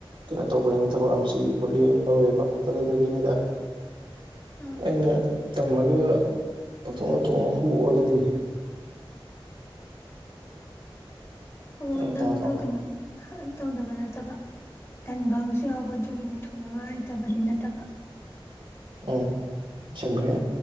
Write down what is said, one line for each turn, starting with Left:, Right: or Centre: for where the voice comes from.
Right: ꯀꯩꯅꯣ ꯇꯧꯕ꯭ꯔꯅꯤꯅ ꯊꯕꯛ ꯌꯥꯝ ꯆꯜꯂꯤ ꯈꯣꯠꯂꯤ ꯌꯥꯝ ꯇꯧꯋꯦꯕ ꯑꯗꯨꯗꯒꯤꯅꯤꯗ
Left: ꯎꯝ
Right: ꯑ ꯇꯝꯃꯒ ꯄꯥꯊꯣꯛꯊꯣꯡꯉ ꯍꯨ ꯑꯣꯜꯂꯗꯤ
Left: ꯑꯣ
Right: ꯐꯔꯛ
Left: ꯅꯪꯗꯣ
Right: ꯇꯥꯗ꯭ꯔꯣ
Left: ꯀꯩꯅꯣ ꯇꯧꯗꯕ ꯅꯠꯇꯦ ꯅꯠꯇꯕ ꯇꯟꯕ ꯑꯃꯁꯨ ꯌꯥꯎꯕ ꯑꯗꯨꯒꯤꯅꯤ ꯊꯣꯡꯉ ꯍꯩꯇꯕꯗꯤ ꯅꯠꯇꯕ
Right: ꯎꯝ ꯑꯁꯦꯡꯕꯩ